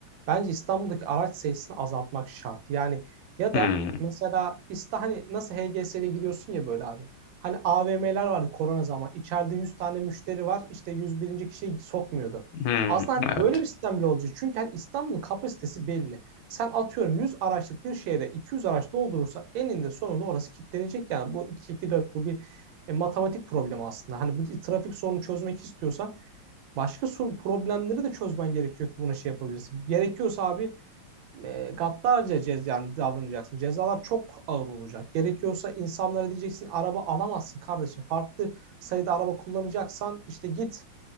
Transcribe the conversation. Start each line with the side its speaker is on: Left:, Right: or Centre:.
Right: Bence İstanbul'daki araç sayısını azaltmak şart. Yani ya
Left: Hmm.
Right: da mesela İsta hani nasıl HGS'ye giriyorsun ya böyle abi. Hani AVM'ler vardı korona zaman. İçeride 100 tane müşteri var. İşte 101. kişiyi sokmuyordu.
Left: Hmm.
Right: Aslında hani
Left: Evet.
Right: böyle bir sistem bile olacak. Çünkü hani İstanbul'un kapasitesi belli. Sen atıyorum 100 araçlık bir şehre 200 araç doldurursa eninde sonunda orası kilitlenecek. Yani bu 2-2-4 bu bir e, matematik problemi aslında. Hani bu trafik sorunu çözmek istiyorsan başka sorun, problemleri de çözmen gerekiyor ki buna şey yapabilirsin. Gerekiyorsa abi e, gaddarca cez yani davranacaksın. Cezalar çok ağır olacak. Gerekiyorsa insanlara diyeceksin araba alamazsın kardeşim. Farklı sayıda araba kullanacaksan işte git